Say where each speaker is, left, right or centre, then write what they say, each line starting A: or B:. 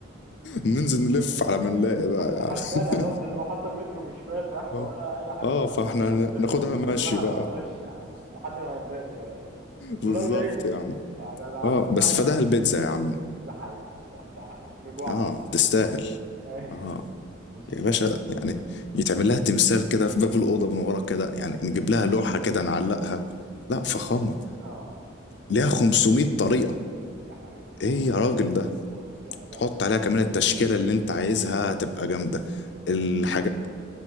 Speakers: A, on the left (about 60°); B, on the right (about 55°).
A: ننزل نلف على ما نلاقي بقى يا
B: حرفيا
A: عم
B: هنقعد نلف- وحتى المترو مش فاتح
A: <laughs> اه
B: ولا اي حاجه
A: اه فاحنا هن-
B: هنلف
A: ناخدها
B: مصر
A: ماشي
B: كلها
A: بقى
B: بقى ماشي عارف لحد ما هنلاقي يعني
A: بالظبط
B: ده لو لقينا
A: يا عم
B: يعني أنا
A: اه
B: على ما انتهى
A: بس
B: تبدا
A: فداها البيتزا يا عم
B: ده حقيقه الصراحه ده حقيقه نجوع
A: اه
B: على الشعب.
A: تستاهل
B: أي.
A: اه
B: بص
A: يا باشا يعني يتعمل لها تمثال كده في باب الأوضة من ورا كده يعني نجيب لها لوحة كده نعلقها لا فخامة
B: <laughs> اه
A: وليها 500 طريقة
B: ده حقيقه ده
A: ايه
B: حقيقه
A: يا راجل ده
B: بالظبط يعني لا
A: تحط عليها كمان التشكيلة اللي انت عايزها تبقى جامدة الحاجة